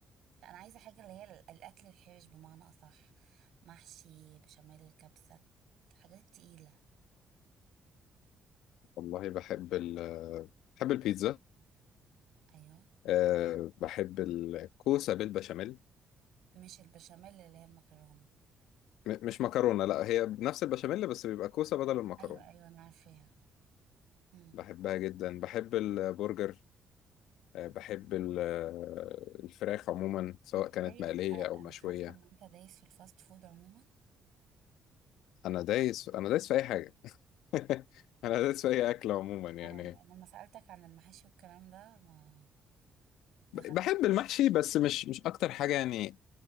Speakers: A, on the right; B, on the left.
A: لا انا عايزة حاجة اللي هي ال- الاكل الحرش بمعنى اصح محشي بشاميل كبسة الحاجات التقيلة
B: والله بحب ال... بحب البيتزا
A: ايوه
B: أه بحب الكوسة بالبشاميل
A: مش البشاميل اللي هي المكرونة
B: م... مش مكرونة لا هي بنفس البشاميل بس بيبقى كوسة بدل المكرونة
A: ايوه ايوه انا عارفاها امم
B: بحبها جدا بحب البرجر أه بحب ال- الفراخ عموما سواء
A: انت
B: كانت
A: دايس
B: مقلية
A: آه،
B: أو
A: انا
B: مشوية
A: حاسة ان انت دايس في الفاست فود عموما
B: انا دايس انا دايس في اي حاجه <laughs> انا دايس في اي اكل عموما يعني
A: اه لما سألتك عن المحاشي والكلام ده ما
B: ب-
A: دخلت
B: بحب المحشي بس مش مش اكتر حاجه يعني